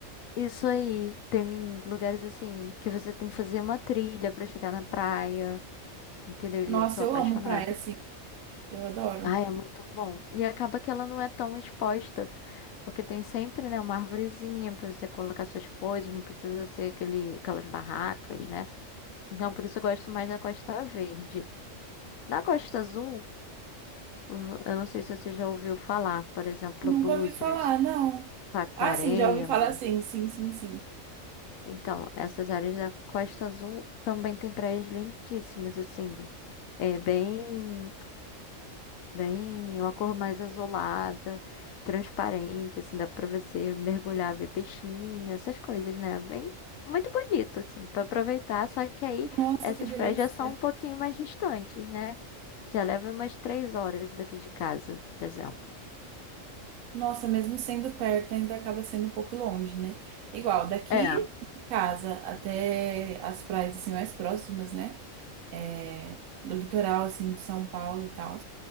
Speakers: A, on the left (about 80°); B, on the right (about 80°).
A: Isso aí, tem lugares assim que você tem que fazer uma trilha pra chegar na praia, entendeu?
B: Nossa,
A: E eu sou
B: eu
A: apaixonada.
B: amo praia, assim, eu adoro.
A: Ah, é muito bom. E acaba que ela não é tão exposta, porque tem sempre, né, uma arvorezinha pra você colocar suas coisas, não precisa ser aquele, aquelas barracas, né? Então, por isso eu gosto mais da Costa Verde. Na Costa Azul, v- Eu não sei se você já ouviu falar, por exemplo,
B: Nunca
A: Búzios,
B: ouvi falar, não.
A: Saquarema.
B: Ah, sim, já ouvi falar sim, sim, sim, sim.
A: Então, essas áreas da Costa Azul também tem praias lindíssimas, assim, é bem, bem, uma cor mais azulada, transparente, assim, dá pra você mergulhar, ver peixinho, essas coisas, né? Bem, muito bonito, assim, pra aproveitar. Só que aí
B: Nossa,
A: essas
B: que delícia.
A: praias já são um pouquinho mais distantes, né? Já leva umas três horas daqui de casa, por exemplo.
B: Nossa, mesmo sendo perto, ainda acaba sendo um pouco longe, né? Igual, daqui
A: É.
B: de casa até as praias assim, mais próximas, né? É, do litoral, assim, de São Paulo e tal,